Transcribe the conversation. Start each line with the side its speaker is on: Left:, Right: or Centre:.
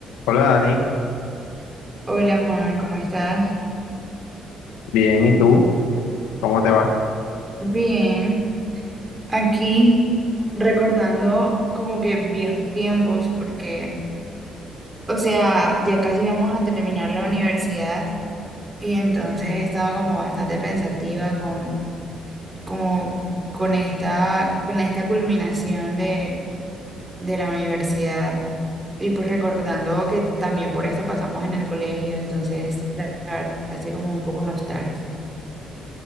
Left: Hola Dani,
Right: Hola Juan, ¿cómo estás?
Left: bien, ¿y tú? ¿Cómo te va?
Right: Bien, aquí recordando como que viejos tiempos, porque, o sea, ya casi vamos a terminar la universidad y entonces he estado como bastante pensativa con, como, con esta, con esta culminación de, de la universidad y pues recordando que también por esto pasamos en el colegio, entonces la la verdad estoy como un poco nostálgica.